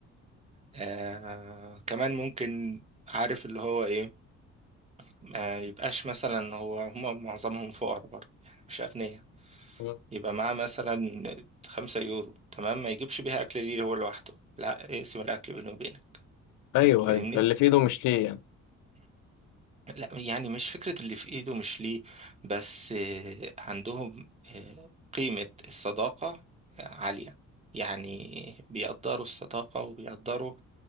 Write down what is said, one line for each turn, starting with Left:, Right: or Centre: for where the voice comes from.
Right: آه كمان ممكن عارف اللي هو ايه آه يبقاش مثلا هو هم معظمهم فقراء برضه يعني مش اغنياء
Left: مم.
Right: يبقى معاه مثلا خمسة يورو تمام ما يجيبش بيها اكل ليه هو لوحده لا اقسم الاكل بينه وبينك
Left: ايوه
Right: فاهمني
Left: ايوه اللي في ايده مش ليه يعني
Right: لا يعني مش فكرة اللي في ايده مش ليه بس آه، عندهم آه، قيمة الصداقة عالية يعني بيقدروا الصداقة وبيقدروا